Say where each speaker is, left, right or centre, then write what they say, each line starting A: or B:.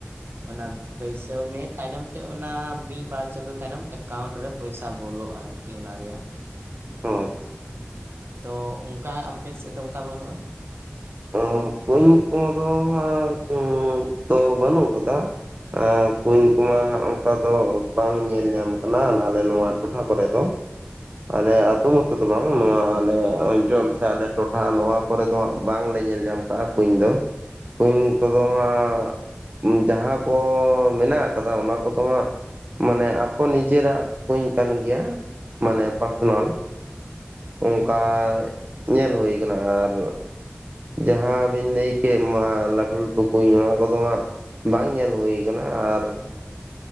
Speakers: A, on the right (about 65°); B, on the right (about 40°).
A: ᱚᱱᱟ ᱵᱟᱹᱭᱥᱟᱹᱣ ᱢᱮ, ᱛᱟᱭᱱᱚᱢ ᱛᱮ ᱚᱱᱟ ᱢᱤᱫ ᱵᱟᱨ ᱪᱟᱸᱫᱳ ᱛᱟᱭᱱᱚᱢ ᱮᱠᱟᱣᱩᱱᱴ ᱨᱮ ᱯᱚᱭᱥᱟ ᱵᱚᱞᱚᱜᱼᱟ ᱟᱨᱠᱤ᱾ ᱠᱤ ᱚᱱᱟ ᱨᱮᱭᱟᱜ᱾
B: ᱚ ᱟᱪᱪᱷᱟ
A: ᱛᱚ ᱚᱱᱠᱟ ᱟᱯᱮ ᱥᱮᱫ ᱫᱚ ᱚᱱᱠᱟ ᱵᱟᱹᱱᱩᱜᱼᱟ?
B: ᱟᱸ ᱠᱩᱧ ᱠᱚ ᱫᱚ ᱦᱟᱸᱜ ᱚᱸ ᱛᱚ ᱵᱟᱹᱱᱩᱜ ᱟᱠᱟᱫᱟ᱾ ᱮᱸ ᱠᱩᱧ ᱠᱚᱢᱟ ᱚᱱᱠᱟ ᱫᱚ ᱵᱟᱝ ᱧᱮᱞ ᱧᱟᱢ ᱟᱠᱟᱱᱟ ᱟᱞᱮ ᱱᱚᱣᱟ ᱴᱚᱴᱷᱟ ᱠᱚᱨᱮ ᱫᱚ᱾ ᱟᱞᱮ ᱟᱛᱳ ᱢᱚᱛᱚ ᱫᱚ ᱵᱟᱝ, ᱱᱚᱣᱟ ᱟᱞᱮ ᱚᱧᱪᱚᱞ ᱥᱮ ᱟᱞᱮ ᱴᱚᱴᱷᱟ ᱱᱚᱣᱟ ᱠᱚᱨᱮ ᱫᱚ ᱦᱟᱸᱜ ᱵᱟᱝ ᱞᱮ ᱧᱮᱞ ᱧᱟᱢ ᱠᱟᱜᱼᱟ ᱠᱩᱧ ᱫᱚ᱾ ᱠᱩᱧ ᱠᱚᱫᱚ ᱦᱟᱸᱜ ᱡᱟᱦᱟᱸ ᱠᱚ ᱢᱮᱱᱟᱜ ᱟᱠᱟᱫᱟ ᱚᱱᱟ ᱠᱚᱫᱚ ᱦᱟᱸᱜ ᱢᱟᱱᱮ ᱟᱠᱚ ᱱᱤᱡᱮᱨᱟᱜ ᱠᱩᱧ ᱠᱟᱱ ᱜᱮᱭᱟ, ᱢᱟᱱᱮ ᱯᱟᱨᱥᱚᱱᱟᱞ᱾
A: ᱦᱩᱸ
B: ᱚᱝᱠᱟ ᱧᱮᱞ ᱦᱩᱭ ᱠᱟᱱᱟ ᱟᱨ ᱡᱟᱦᱟᱸ ᱵᱤᱱ ᱞᱟᱹᱭ ᱠᱮᱫ ᱢᱟ ᱞᱟᱹᱴᱩ ᱞᱟᱹᱴᱩ ᱠᱩᱧ ᱚᱱᱟ ᱠᱚᱫᱚ ᱦᱟᱸᱜ ᱵᱟᱝ ᱧᱮᱞ ᱦᱩᱭ ᱠᱟᱱᱟ ᱟᱨ